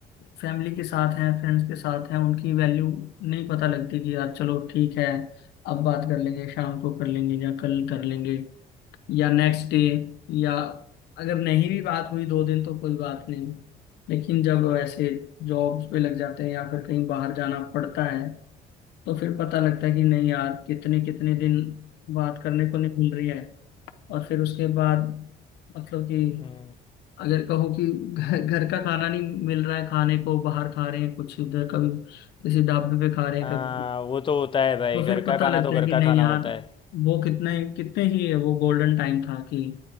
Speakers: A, on the left; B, on the left.
A: फैमिली के साथ हैं फ्रेंड्स के साथ हैं उनकी वैल्यू नहीं पता लगती कि यार चलो ठीक है अब बात कर लेंगे शाम को कर लेंगे या कल कर लेंगे या नेक्स्ट डे या अगर नहीं भी बात हुई दो दिन तो कोई बात नहीं लेकिन जब ऐसे जॉब्स पे लग जाते हैं या फिर कहीं बाहर जाना पड़ता है तो फिर पता लगता है कि नहीं यार कितने कितने दिन बात करने को नहीं मिल रही है और फिर उसके बाद मतलब कि
B: हम्म
A: अगर कहो कि घर घर का खाना नहीं मिल रहा है खाने को बाहर खा रहे हैं कुछ उधर कभी किसी ढाबे पे खा रहे हैं
B: हाँ
A: कभी कुछ,
B: वो तो होता है भाई
A: तो
B: घर
A: फिर पता
B: का खाना
A: लगता
B: तो घर
A: है कि नहीं
B: का खाना
A: यार
B: होता है
A: वो कितना ही कितने ही वो गोल्डन टाइम था कि